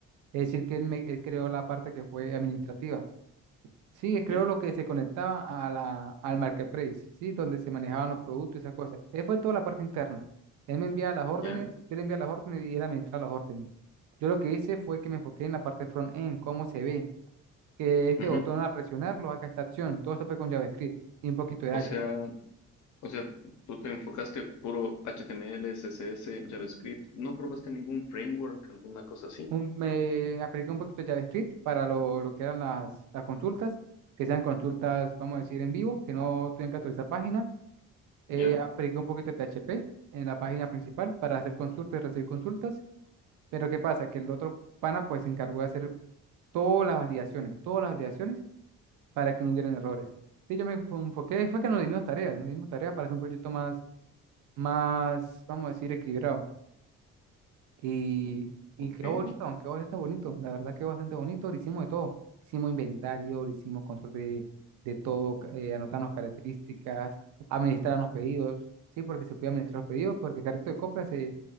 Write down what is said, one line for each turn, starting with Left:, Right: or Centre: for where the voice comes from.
Right: Es decir, que él, me, él creó la parte que fue administrativa. Sí, él creó
Left: sí,
Right: lo que se conectaba a la, al marketplace, ¿sí? Donde se manejaban los productos y esas cosas. Él fue toda la parte interna. Él me enviaba las órdenes,
Left: ya.
Right: yo le enviaba las órdenes y él administraba las órdenes. Yo lo que hice fue que me enfoqué en la parte front-end, cómo se ve, que este
Left: Ujú.
Right: botón al presionarlo haga esta acción. Todo eso fue con JavaScript y un poquito de
Left: O
Right: Ajax.
Left: sea, o sea, tú te enfocaste puro HTML, CSS, JavaScript. No probaste ningún framework, alguna cosa así.
Right: un- me apliqué un poquito de JavaScript para lo, lo que eran las, las consultas, que sean consultas, vamos a decir, en vivo, que no tengan que actualizar página. Eh,
Left: Ya,
Right: apliqué un poquito de PHP en la página principal para hacer consultas y recibir consultas. Pero ¿qué pasa? Que el otro pana pues se encargó de hacer todas las validaciones, todas las validaciones para que no hubieran errores. Y yo me enfo- enfoqué, fue que nos dimos tareas, nos dimos tareas para hacer un proyecto más, más, vamos a decir, equilibrado. Y, y
Left: ok.
Right: quedó bonito, aunque bastante bonito. La verdad quedó bastante bonito. Le hicimos de todo. Hicimos inventario, le hicimos control de, de todo, ca- eh, anotarnos características, administrar los pedidos. Sí, porque se podía administrar los pedidos, porque el carrito de compra se,